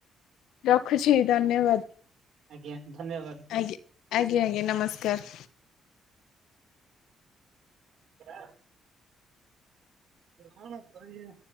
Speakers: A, on the left; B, on the right.
A: ରଖୁଛି ଧନ୍ୟବାଦ।
B: ଆଜ୍ଞା ଧନ୍ୟବାଦ୍।
A: ଆଜ୍ଞ୍ ଆଜ୍ଞା ଆଜ୍ଞା ନମସ୍କାର୍।
B: ରା କଣ କହିବା।